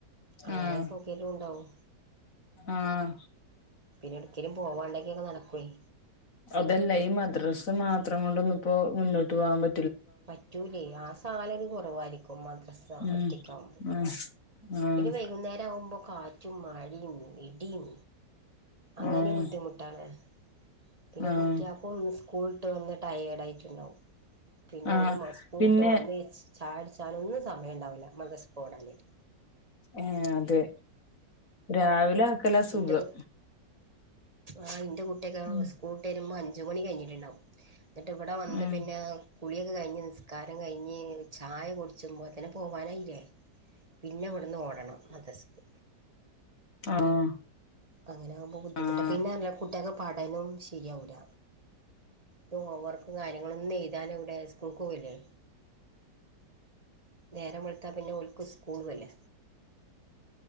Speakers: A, on the right; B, on the left.
A: അങ്ങനെ
B: ആഹ്
A: സൗകര്യം ഇണ്ടാവും.
B: ആഹ്.
A: പിന്നെ ഒട്ക്കേങ്കിലും പോവാണ്ടെങ്കിലൊക്കെ നടക്കുയ്.
B: അതെല്ല ഈ മദ്രാസ് മാത്രം കൊണ്ടൊന്ന്പ്പോ മുന്നോട്ട് പോവാൻ പ
A: പറ്റൂലേയ് ആ സാലറി കുറവായിരിക്കും മദ്രസ
B: ഉം
A: ഒറ്റക്കാവുമ്പോ.
B: ഉം ഉം
A: പിന്നെ വെയ്കുന്നേരം ആവുമ്പോ കാ റ്റും മഴിം ഇടിം അങ്ങനിംബുദ്ധിമുട്ടാണ്.
B: ഉം
A: പിന്നെ
B: ആഹ്
A: കുട്ടിയാൾക്കും സ്കൂൾട്ട് വന്ന് ടയേഡ് ആയിറ്റ്ണ്ടാവും. പിന്നെ
B: ആഹ്
A: ഓല് മസ്കൂട്ട്
B: പിന്നെ
A: വന്ന് ചായകുടിച്ചാനും സമയഇണ്ടാവൂല മദ്രസ്ക്ക് ഓടണ്ടാരും.
B: ഏഹ് അതെ രാവിലെ ആക്കലാ സുഖം
A: ഇന്റെ കു ആ ഇന്റെ കുട്ടിയൊക്കെസ്
B: ഉം
A: കൂട്ട് വെരുമ്പോ അഞ്ച്മണി കഴിഞ്ഞിട്ടുണ്ടാവും ഇന്നട്ട് ഇവടെ വന്ന്
B: ഉം
A: പിന്നെ കുളിയൊക്കെ കഴിഞ്ഞ് നിസ്കാരം കഴിഞ്ഞ് ചായ കുടിച്ചുമ്പോത്തിന് പോവാൻ ആയിലെ? പിന്നെ ഇവിടുന്ന് ഓടണം മതസ്ക്
B: ആഹ്
A: അങ്ങനെ ആകുമ്പോൾ ബുദ്ധിമുട്ടാണ്
B: ആഹ്
A: പിന്നെ നല്ല കുട്ടികൾക്ക് പാടനും ശരിയാവില്ല ഹോം വർക്കും കാര്യങ്ങളൊന്നും എഴുതാന ഇവിടെ സ്കൂൾക്ക് പോകല്ലേ നേരം വളത്തൽ പിന്നെ ഒൾക്ക് സ്കൂൾ അല്ലേ